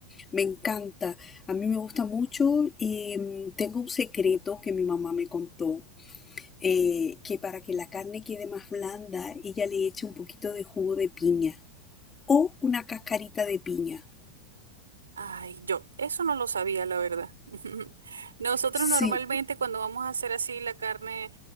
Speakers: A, on the left; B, on the right.
A: Me encanta, a mí me gusta mucho y mm, tengo un secreto que mi mamá me contó, eh, que para que la carne quede más blanda, ella le echa un poquito de jugo de piña o una cascarita de piña.
B: Ay, yo, eso no lo sabía, la verdad. <laughs> Nosotros
A: Sí,
B: normalmente cuando vamos a hacer así la carne